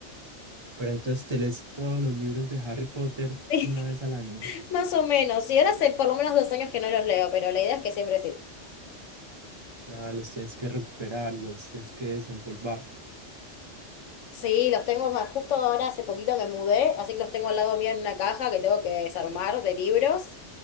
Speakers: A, on the right (about 30°); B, on the left (about 85°).
A: Pero entonces te lees todos los libros de Harry Potter
B: <laughs>
A: una vez al año.
B: Más o menos, y ahora hace por lo menos dos años que no los leo, pero la idea es que siempre sí.
A: Nada, los tienes que recuperar, los tienes que desempolvar.
B: Sí, los tengo más, justo ahora hace poquito me mudé, así que los tengo al lado mío en una caja que tengo que desarmar de libros,